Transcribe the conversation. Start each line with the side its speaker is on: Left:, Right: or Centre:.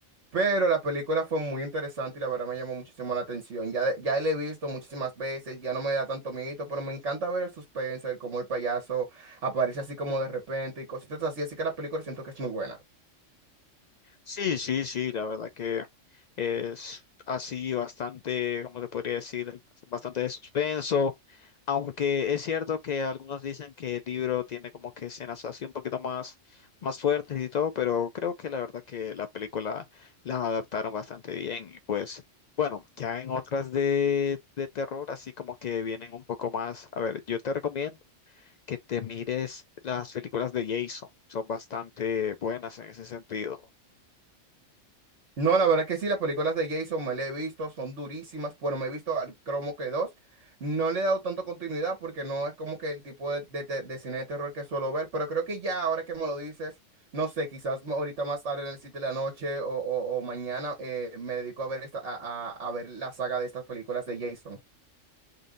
Right: Pero la película fue muy interesante y la verdad me llamó muchísimo la atención. Ya, de- ya la he visto muchísimas veces, ya no me da tanto miedo, pero me encanta ver el suspenso, el cómo el payaso aparece así como de repente y cositas así. Así que la película siento que es muy buena.
Left: Sí, sí, sí, la verdad que es así bastante, ¿cómo te podría decir? Bastante de suspenso, aunque es cierto que algunos dicen que el libro tiene como que escenas así un poquito más, más fuertes y todo, pero creo que la verdad que la película la adaptaron bastante bien y pues bueno, ya en otras de, de terror, así como que vienen un poco más, a ver, yo te recomiendo que te mires las películas de Jason, son bastante buenas en ese sentido.
Right: No, la verdad que sí, las películas de Jason me las he visto, son durísimas, pero me he visto al cromo que dos. No le he dado tanto continuidad porque no es como que el tipo de, de- de- de cine de terror que suelo ver, pero creo que ya ahora que me lo dices, no sé, quizás ma- ahorita más tarde en el sitio de la noche o, o- o mañana eh, me dedico a ver, esta, a, a- a ver la saga de estas películas de Jason.